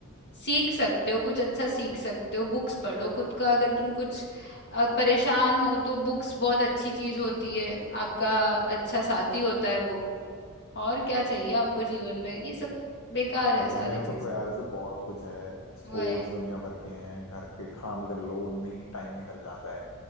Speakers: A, on the left; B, on the left.
A: सीख सकते हो कुछ अच्छा सीख सकते हो बुक्स पढ़ो खुद का अगर तुम कुछ अ, परेशान हो तो बुक्स बहुत अच्छी चीज होती है आपका अच्छा साथी होता है बुक और क्या चाहिए आपको जीवन में ये सब बेकार है
B: और
A: सारी
B: ने
A: चीजें
B: खुद तो यार ऐसे बहुत कुछ है स्पोर्ट्स
A: वही
B: दुनिया भर के हैं घर के काम कर लो उनमें ही टाइम निकल जाता है